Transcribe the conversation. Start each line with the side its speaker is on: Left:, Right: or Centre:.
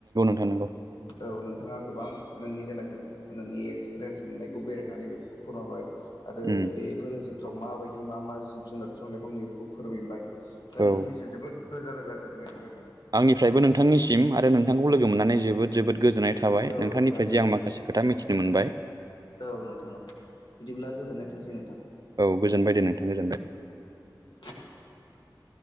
Right: औ नोंगौ <unintelligible>
Left: औ नोंथाङा गोबां नोंनि जेनाखि नोंनि एक्सपिरियेन्स मोननायखौ बेरायनानै बेफोरखौ फोरमायबाय आरो
Right: उम
Left: बेफोर ओनसोलफ्राव माबायदि मा मा जिब जुनार बिफां लाइफां नैबेखौ फोरमायबाय दा
Right: औ
Left: नोंथांनिसिम जोबोद रोजा रोजा गोजोननाय थाबाय आरो ।
Right: आंनिफ्रायबो नोंथांनिसिम आरो नोंथांखौ लोगो मोननानै जोबोद जोबोद गोजोननाय थाबाय
Left: औ
Right: नोंथांनिफ्राय
Left: नोंथां औ
Right: जे आं माखासे खोथा मिथिनो मोनबाय ।
Left: औ नोंथां औ । बिदिब्ला गोजोननाय थोंसै नोंथां ।
Right: औ गोजोनबाय दे नोंथां गोजोनबाय ।
Left: <inaudible>